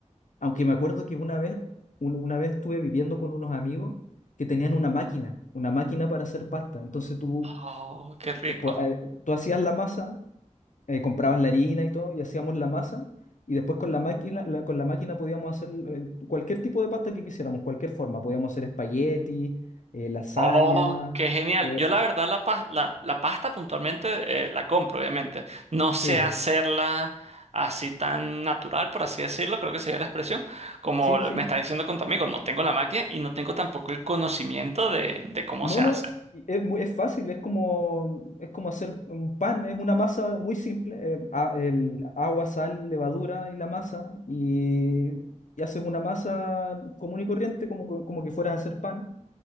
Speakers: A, on the left (about 80°); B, on the right (about 60°).
A: aunque me acuerdo que una vez, un- una vez estuve viviendo con unos amigos que tenían una máquina, una máquina para hacer pasta. Entonces tú,
B: Oh, qué rico.
A: eh, po- eh, tú hacías la masa, eh, comprabas la harina y todo, y hacíamos la masa, y después con la máquina, la- con la máquina podíamos hacer eh, cualquier tipo de pasta que quisiéramos, cualquier forma. Podíamos hacer espagueti, eh, lasaña.
B: Oh, qué genial.
A: pode-
B: Yo la verdad la, pas- la, la pasta puntualmente eh, la compro, obviamente. No sé
A: Sí,
B: hacerla así tan natural, por así decirlo, creo que sería la expresión. Como
A: sí, sí.
B: me está diciendo con tu amigo, no tengo la máquina y no tengo tampoco el conocimiento de, de cómo
A: No,
B: se hace.
A: no, y es muy, es fácil, es como, es como hacer un pan, es una masa muy simple, eh, a- el agua, sal, levadura y la masa, y, y haces una masa común y corriente como, co- como que fueras a hacer pan,